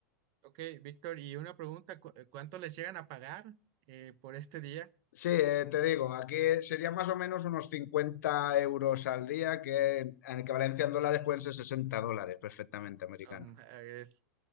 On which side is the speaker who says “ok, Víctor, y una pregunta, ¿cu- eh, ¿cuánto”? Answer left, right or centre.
Right